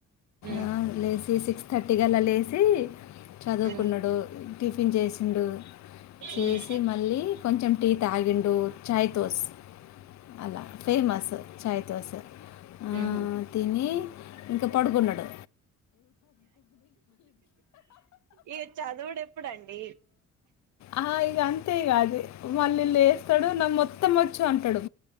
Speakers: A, on the right; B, on the left.
A: ఉమ్
B: ఆ లేసి సిక్స్ తట్టిగల లేసి చదువుకున్నడు
A: ఉమ్
B: టిఫిన్ చేసిండు చేసి
A: ఉమ్
B: మళ్ళీ కొంచెం టీ తాగిండు ఛాయ్ తోస్ అలా ఫేమస్ చాయి తో సా ఆ
A: ఉమ్ ఉహు
B: తిని ఇంక పడుకున్నడు
A: ఏ చాదడే చూడండి
B: ఆ ఇగ అంతే ఈ అది మళ్ళ ఇల్ వేస్తాడు నమ్ మత్త మతవచ్చు అంటడు